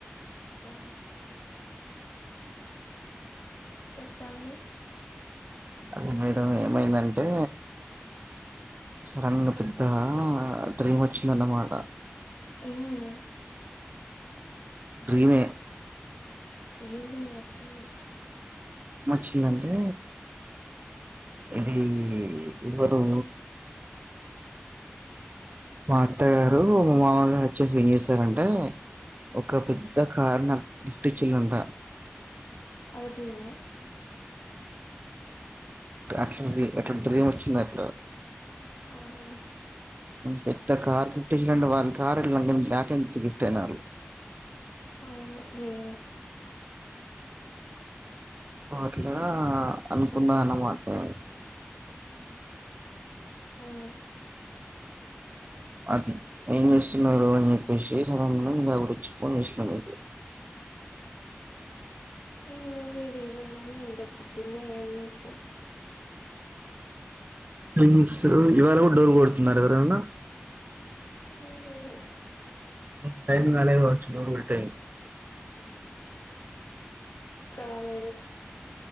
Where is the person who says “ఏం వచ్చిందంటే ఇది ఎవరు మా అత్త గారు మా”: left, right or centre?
Right